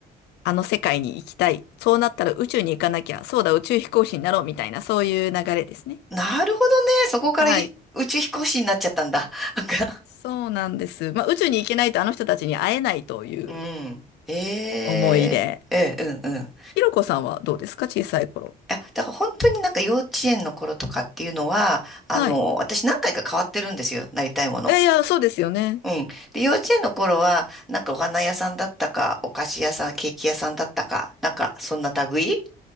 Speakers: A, on the left; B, in the centre.
A: あの世界に行きたい。そうなったら宇宙に行かなきゃ。そうだ、宇宙飛行士になろうみたいな、そういう流れですね。
B: なるほどね。そこからい宇宙飛行士になっちゃったんだ。
A: はい。
B: なんか
A: そうなんです。まあ、宇宙に行けないとあの人たちに会えないという
B: うん。えー、
A: 思いで。
B: えー、うんうん。
A: ひろこさんはどうですか小さい頃。
B: いや、だから本当になんか幼稚園の頃とかっていうのは、あの、
A: はい。
B: 私何回か変わってるんですよ、なりたいもの。
A: いやいや、そうですよね。
B: うん。で、幼稚園の頃は、なんかお花屋さんだったか、お菓子屋さん、ケーキ屋さんだったか、なんかそんな類